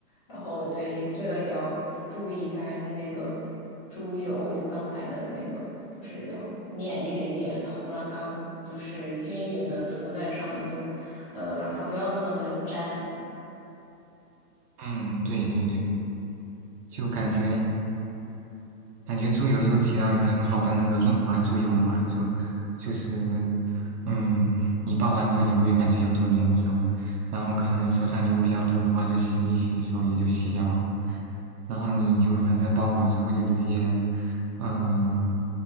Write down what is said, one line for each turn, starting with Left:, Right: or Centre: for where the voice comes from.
Left: 然后对这个也要就注意一下，用那个猪油，就刚才的那个就是要碾一点点，然后让它就是均匀的涂在上面，就呃让它不要那么的粘。
Right: 嗯，对对对，就感觉感觉猪油就起到一个很好的那个润滑作用嘛，就就是嗯，你包完之后也不会感觉有多粘手，然后可能手上油比较多的话，就洗一洗手也就洗掉了。然后你就反正包好之后就直接，嗯、